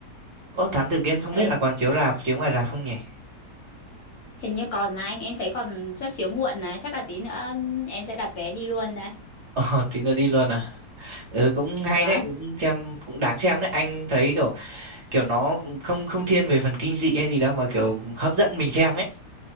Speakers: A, on the right; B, on the left.
A: ô Thám Tử Kiên không
B: Đấy,
A: biết là còn chiếu rạp chiếu ngoài rạp không nhỉ <laughs>
B: hình như còn mà anh em thấy còn suất chiếu muộn này, chắc là tí nữa em sẽ đặt vé đi luôn đấy.
A: Ồ, tí nữa đi luôn à ừ, cũng hay
B: Wow.
A: đấy cũng xem cũng đáng xem đấy anh thấy kiểu kiểu nó không không thiên về phần kinh dị hay gì đâu mà kiểu hấp dẫn mình xem ấy